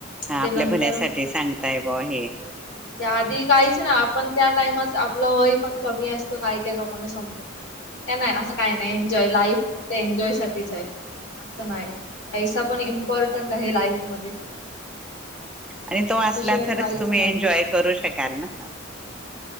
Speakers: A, in the centre; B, on the left.
A: हा
B: ते
A: आपल्या
B: नंतर
A: भल्यासाठी सांगताय बा हे
B: तेच ना आधी काहीच ना आपण त्या टाइमात आपलं वय पण कमी असतं काय काय लोकांना समजत नाही नाही असं काही नाही एन्जॉय लाईफ एन्जॉय साठीच आहे पण असं नाही पैसा पण इम्पॉर्टंट आहे लाईफ मध्ये <inaudible> <inaudible>
A: आणि तो
B: करू
A: असला तरच तुम्ही एन्जॉय करू शकाल ना